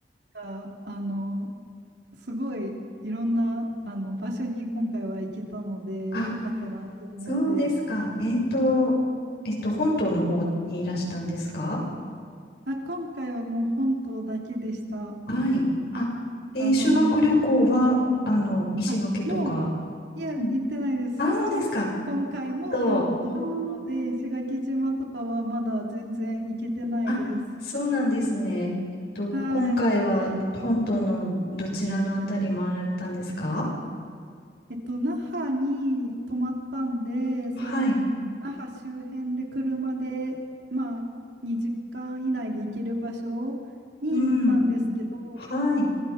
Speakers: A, on the right; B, on the left.
A: が、あの、すごいいろんな、あの、場所に今回は行けたので、
B: あ、
A: よかったなって思って、
B: そうですか。えっと、えっと、本島の方にいらしたんですか
A: あ、今回はもう本島だけでした。
B: はい。あ、えー修学旅行は、
A: あの、こ、うんうん。
B: あの、石垣とか。
A: あ、もう、いや、
B: うん
A: 行ってないです。
B: あ、そうですか。
A: こ、今回も本当なので、
B: そう。
A: 石垣島とかはまだ全然行けてないです。
B: あ、そうなんですね。えっと、
A: はい。
B: 今回は本島のどちらのあたり回られたんですか
A: えっと、那覇に泊まったんで、
B: はい。
A: その、那覇周辺で車で、まあ、2時間以内で行ける場所に行ったんですけど、
B: うん。はい。